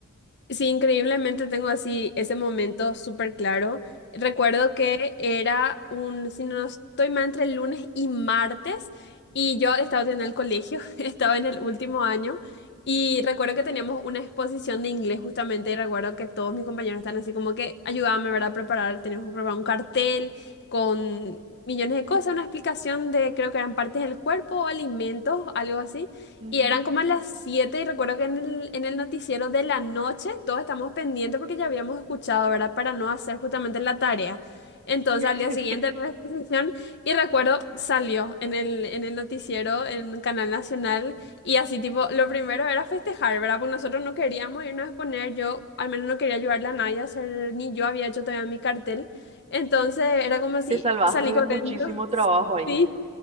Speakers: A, on the left; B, on the right.
A: Sí, increíblemente tengo así ese momento súper claro. Recuerdo que era un, si no estoy mal, entre lunes y martes y yo estaba en el colegio, <laughs> estaba en el último año y recuerdo que teníamos una exposición de inglés justamente y recuerdo que todos mis compañeros están así como que ayudábame, ¿verdad? A preparar, teníamos que preparar un cartel con millones de cosas, una explicación de creo que eran partes del cuerpo, alimentos, algo así.
B: Ujú.
A: Y eran como a las 7 y recuerdo que en el, en el noticiero de la noche todos estamos pendientes porque ya habíamos escuchado, ¿verdad? Para no hacer justamente la tarea. Entonces
B: <laughs>
A: al día siguiente era la exposición y recuerdo salió en el, en el noticiero, en Canal Nacional y así tipo, lo primero era festejar, ¿verdad? Porque nosotros no queríamos irnos a exponer, yo al menos no quería ayudarle a nadie a hacer, ni yo había hecho todavía mi cartel. Entonces era como si
B: Te salvaste
A: salí
B: de
A: corriendo,
B: muchísimo trabajo
A: <laughs>
B: ahí.
A: sí